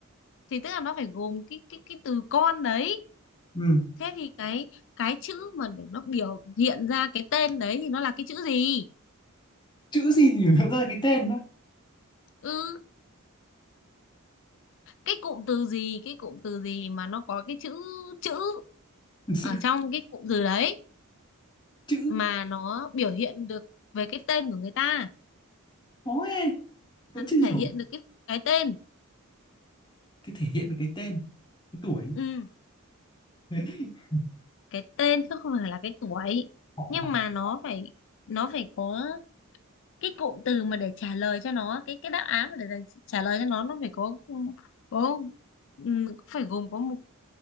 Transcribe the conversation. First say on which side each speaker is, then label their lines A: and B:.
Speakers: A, on the left; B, on the left.
A: thì tức là nó phải gồm cái cái cái từ con đấy
B: ừ.
A: thế thì cái cái chữ mà để nó biểu hiện ra cái tên đấy thì nó là cái chữ gì
B: chữ gì nhỉ Nó ra cái tên đó
A: ừ cái cụm từ gì cái cụm từ gì mà nó có cái chữ chữ
B: <laughs> chữ
A: ở trong cái cụm từ đấy
B: chữ
A: mà nó biểu hiện được về cái tên của người ta
B: khó ấy. vẫn
A: mà nó
B: chưa hiểu
A: thể hiện được cái cái tên
B: cái thể hiện được cái tên cái tuổi
A: Ừ,
B: <laughs>
A: cái tên chứ không phải là cái tuổi
B: họ
A: nhưng
B: mà
A: mà nó phải nó phải có cái cụm từ mà để trả lời cho nó cái cái đáp án mà để dành- trả lời cho nó nó phải có có ừ, phải gồm có một